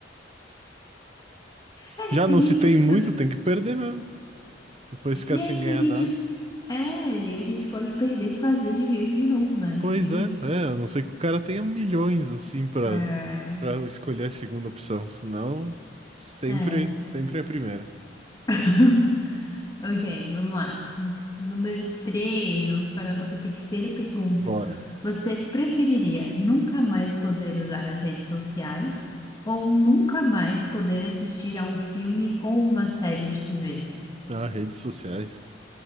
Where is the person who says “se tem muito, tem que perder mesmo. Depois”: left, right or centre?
Right